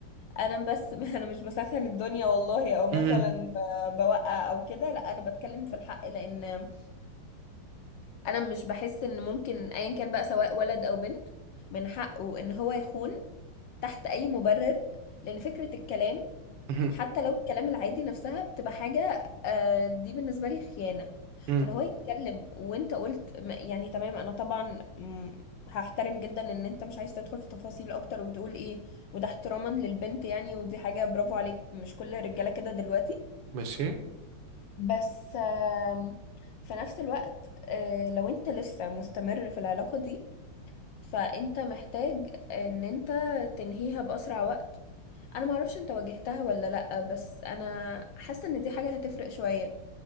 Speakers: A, on the left; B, on the right.
A: انا بس <laughs> انا مش بسخن الدنيا والله او مثلا
B: مهم،
A: ب- بوقع او كده لا انا بتكلم في الحق لان انا مش بحس ان ممكن ايا كان بقى سواء ولد او بنت من حقه ان هو يخون تحت اي مبرر لان فكره الكلام
B: مهم،
A: حتى لو الكلام العادي نفسها بتبقى حاجة آه، دي بالنسبة لي خيانة
B: مهم.
A: فان هو يتكلم وانت قلت م- يعني تمام انا طبعا م، هحترم جدا ان انت مش عايز تدخل في تفاصيل اكتر وتقول ايه وده احتراما للبنت يعني ودي حاجة برافو عليك مش كل الرجالة كده دلوقتي
B: ماشي
A: بس آم، في نفس الوقت آه، لو انت لسه مستمر في العلاقة دي فانت محتاج ان انت تنهيها بأسرع وقت انا ما اعرفش انت واجهتها ولا لا بس انا حاسه ان دي حاجه هتفرق شويه